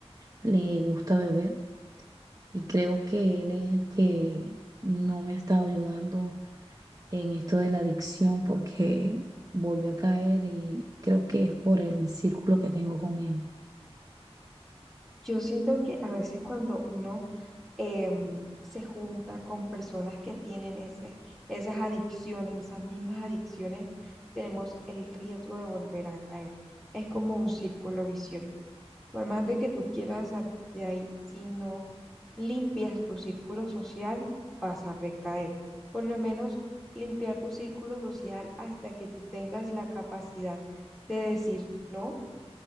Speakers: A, on the right; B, in the centre.
A: le gusta beber y creo que él es el que no me ha estado ayudando en esto de la adicción porque volvió a caer y creo que es por el círculo que tengo con él.
B: Yo siento que a veces cuando uno em, se junta con personas que tienen ese, esas adicciones, esas mismas adicciones, tenemos el riesgo de volver a caer. Es como un círculo vicioso. Por más de que tú quieras salir de ahí, si no limpias tu círculo social, vas a recaer. Por lo menos limpiar tu círculo social hasta que tú tengas la capacidad de decir no